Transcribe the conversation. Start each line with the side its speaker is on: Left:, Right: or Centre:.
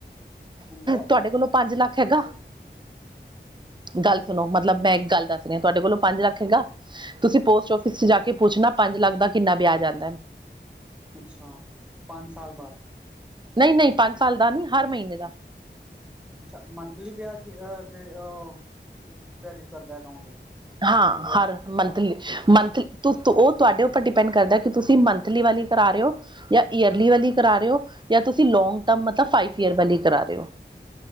Centre: ਹੁੰਦਾ ਹੈ
Right: ਤੁਹਾਡੇ ਕੋਲੋਂ ਪੰਜ ਲੱਖ ਹੈਗਾ? ਗੱਲ ਸੁਣੋ
Centre: ਹਮ
Right: ਮਤਲਬ ਮੈਂ ਇੱਕ ਗੱਲ ਦੱਸ ਰੀ ਤੁਹਾਡੇ ਕੋਲੋਂ ਪੰਜ ਲੱਖ ਹੈਗਾ, ਤੁਸੀਂ ਪੋਸਟ ਆਫਿਸ ਜਾ ਕੇ ਪੁੱਛਣਾ ਪੰਜ ਲੱਖ ਦਾ ਕਿੰਨਾ ਵਿਆਜ ਆਦਾ।
Centre: ਅੱਛਾ, ਪੰਜ ਸਾਲ ਬਾਦ
Right: ਨਈ-ਨਈ ਪੰਜ ਸਾਲ ਦਾ ਨੀ ਹਰ ਮਹੀਨੇ ਦਾ।
Centre: ਅੱਛਾ ਮੰਥਲੀ ਵਿਆਜ ਅ ਕ੍ਰੇਡਿਟ ਕਰਦਾ ਅਕਾਊਂਟ
Right: ਹਾਂ
Centre: ਪੋਸਟ
Right: ਹਰ ਮੰਥਲੀ ਮੰਥਲੀ ਉਹ ਤੁਹਾਡੇ ਉੱਪਰ ਡਿਪੈਂਡ ਕਰਦਾ ਕਿ ਤੁਸੀਂ ਮੰਥਲੀ ਵਾਲੀ ਕਰਾ ਰੇ ਔ ਜਾਂ ਈਅਰਲੀ ਵਾਲੀ ਕਰਾ ਰਹੇ ਔ ਜਾਂ ਤੁਸੀਂ ਲੋਂਂਗ ਟਰਮ ਮਤਲਬ ਫਾਈਵ ਈਅਰ ਵਾਲੀ ਕਰਾ ਰੇ ਔ।